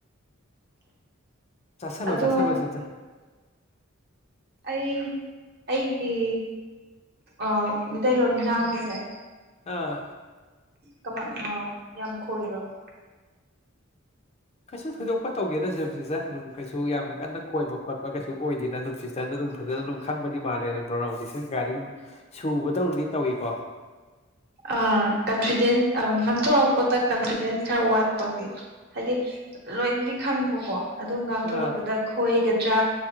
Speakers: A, on the left; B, on the right.
A: ꯆꯥꯁꯜꯂꯣ
B: ꯑꯗꯣ
A: ꯆꯥꯁꯜꯂꯣ ꯁꯤꯁꯇꯔ
B: ꯑꯩ ꯑꯩꯒꯤ ꯑ ꯃꯩꯇꯩꯂꯣꯟ ꯉꯥꯡꯕꯁꯦ
A: ꯑꯥ꯫
B: ꯀꯃ ꯑꯥꯎ ꯌꯥꯝ ꯈꯣꯏꯕ꯭ꯔꯕ꯫
A: ꯀꯩꯁꯨ ꯊꯣꯏꯗꯣꯛꯄ ꯇꯧꯗꯦꯗ ꯁꯨꯝ ꯁꯤꯁꯠ ꯑꯗꯨꯝ ꯀꯩꯁꯨ ꯌꯥꯝꯅ ꯀꯟꯅ ꯈꯣꯏꯕ ꯈꯣꯠꯄ ꯀꯩꯁꯨ ꯑꯣꯏꯗꯦꯗ ꯅꯨꯡꯁꯤꯠ ꯐꯖꯅ ꯑꯗꯨꯝ ꯐꯖꯅ ꯑꯗꯨꯝ ꯈꯪꯕꯗꯤ ꯃꯥꯜꯂꯦ ꯑꯗꯨꯝ ꯄ꯭ꯔꯣꯅꯥꯎꯟꯁꯦꯁꯟ ꯀꯩꯥꯗꯤ ꯑꯗꯨꯝ ꯁꯨꯕꯗꯧꯅꯗꯤ ꯇꯧꯏꯀꯣ꯫
B: ꯑ ꯀꯟꯐꯤꯗꯦꯟꯁ ꯑ ꯉꯥꯡꯊꯣꯔꯛꯄꯗ ꯀꯟꯐꯤꯗꯦꯟꯁ ꯈꯔ ꯋꯥꯠꯄꯒꯤ꯫ ꯍꯥꯏꯗꯤ ꯂꯣꯏꯅꯗꯤ ꯈꯪꯕꯀꯣ ꯑꯗꯣ ꯉꯥꯡꯊꯣꯔꯛꯄꯗ
A: ꯑꯥ
B: ꯈꯣꯏꯒꯗ꯭ꯔꯥ